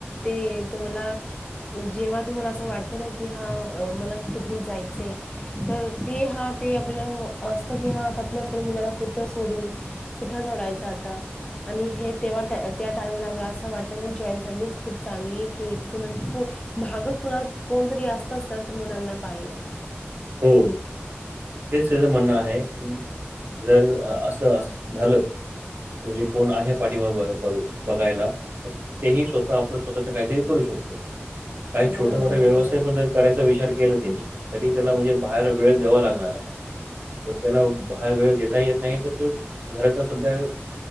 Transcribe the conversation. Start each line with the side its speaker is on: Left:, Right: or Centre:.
Left: ते तुम्हांला जेंव्हां तुम्हांला असं वाटतं नां की हां मलां कुठंतरी जायचं आहे. तरं ते हां ते आपल्या असतं की हा आपल्या आपणं मुलांला कोठे सोडूं कुठं सोडांयचं आंता आणि हे तेव्हां त्यां टाईमांला आपलां असं असं वाटतं जॉईंट फॅमिलीच खूंप चांगली कि कू मागं कोणां कोणंतरी असतंच नां तरं मुलांना पाहिला.
Right: हो हेचं त्याचं म्हणणं आहे की जरं असं असं झालं म्हणजे कोणं आहे पाठीमागे बघांयला तरं तेही स्वंतः आपलं स्वंतःचं कांहींतरी करूं शकतो कांहीं
Left: बरोबर
Right: छोटं मोठां व्यवसांय
Left: आहे बरं आहे
Right: पणं करांयचा विचार केलां तिनी तरी त्यांला म्हणजे बाहेर वेळं द्यांवा लागणारं त्यांला बाहेर वेळं देतां येतं नाहीं तरं तो घरांत संध्या